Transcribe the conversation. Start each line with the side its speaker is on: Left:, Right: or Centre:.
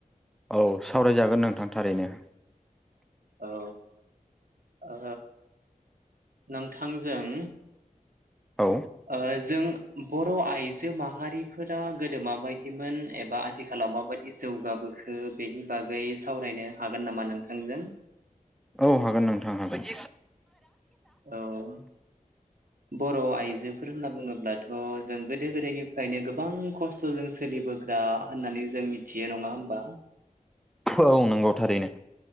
Centre: औ सावराय जागोन नोंथां थारैनो।
Right: औ ओ नोंथां जों
Centre: औ
Right: ओ जों बर' आइजो माहारिफोरा गोदो मा बायदिमोन एबा आथिखालाव माबायदि‌ जौगाबोखो बेनि बागै सावरायनो हागोन नामा नोंथांजों?
Centre: औ हागोन नोंथां हागोन।
Right: औ बर' आइजोफोर होनना बुङोब्लाथ' जों गोदो गोदायनिफ्रायनो गोबां खस थ' जों सोलिबोग्रा होननानै जों मिथियो नङा होमबा?
Centre: औ नंगौ थारैनो।